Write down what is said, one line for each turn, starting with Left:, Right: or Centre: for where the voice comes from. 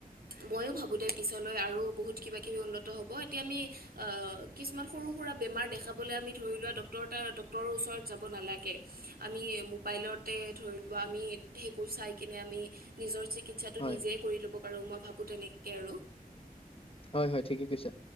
Right: ময়ো ভাবোঁ দে পিছলৈ আৰু বহুত কিবা কিবি উন্নত হ'ব। এতিয়া আমি অ কিছুমান সৰু সুৰা বেমাৰ দেখা বলে আমি ধৰি লোৱা ডক্তৰ তাত ডক্তৰৰ ওচৰত যাব নালাগে। আমি মোবাইলতে ধৰি লোৱা আমি সেইবোৰ চাই কিনে আমি নিজৰ চিকিৎসাটো
Left: হয়
Right: নিজে কৰি ল'ব পাৰো, মই ভাবো তেনেকে আৰু।
Left: হয়, হয়, ঠিকেই কৈছা